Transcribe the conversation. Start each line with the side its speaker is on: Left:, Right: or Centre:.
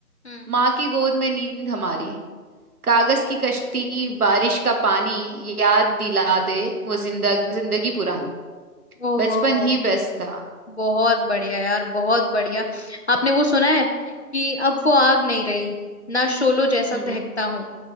Left: हम्म।
Right: माँ की गोद में नींद हमारी कागज की कश्ती बारिश का पानी याद दिला दे वो जिंदा जिंदगी पुरानी
Left: ओहो
Right: बचपन
Left: हो
Right: ही बेस्ट था
Left: बहुत बढ़िया यार बहुत बढ़िया आपने वो सुना है कि अब वो आग नहीं रही ना शोलो जैसा
Right: हम्म
Left: दहकता हूँ